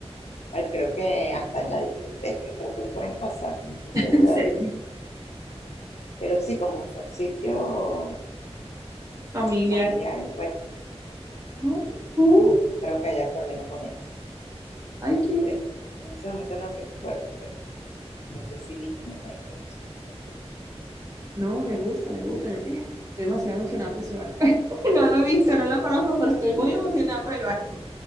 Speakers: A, on the left; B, on the right.
A: Ah, Creo que hasta en la discoteca, creo que pueden pasar, no estoy segura
B: <laughs> Sí.
A: de eso. Pero sí, como son sitios
B: Familiar.
A: familiares, pues
B: Ay, cool.
A: no creo que haya problema con eso.
B: Ay, qué...
A: Creo. En ese momento no recuerdo, pero no sé si vinimos ahí, pero sí creo que sí.
B: No, me gusta, me gusta. Estoy demasiado emocionada por ese bar. <laughs> No lo he visto,
A: Sí.
B: no lo conozco, pero estoy muy emocionada por el bar.